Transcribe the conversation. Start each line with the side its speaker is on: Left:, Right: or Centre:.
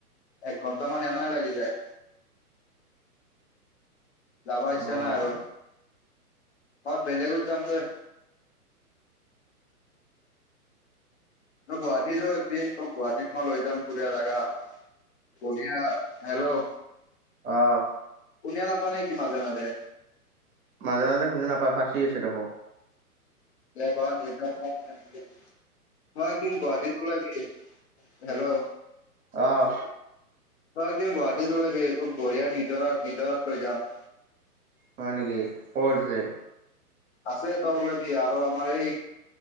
Left: এঘন্টা মান এনে লাগি যায়। যাবা ইচ্ছা
Right: অ'
Left: নাই আৰু আৰু বেলেগত যাম যে গুৱাহাটীতো এদিন, তোক গুৱাহাটীত মই লৈ যাম বৰিয়া জাগা। বৰিয়া, হেল্ল'।
Right: অ'হ।
Left: শুনা নাপায় নেকি, মাজে মাজে?
Right: মাজে মাজে শুনা নাপায় ফাঁচি আছে দেখ
Left: নেটৱৰ্ক নেটৱৰ্ক কম আছে নেকি। মই এদিন গুৱাহাটীত গলো, হেল্ল'।
Right: অ'
Left: তই এদিন গুৱাহাটীত ওলাবি, তোক বঢ়িয়া নিজৰা, নিজৰাত লৈ যাম।
Right: হয় নেকি, কত আছে?
Left: আছে তলেদি আৰু আমাৰ এই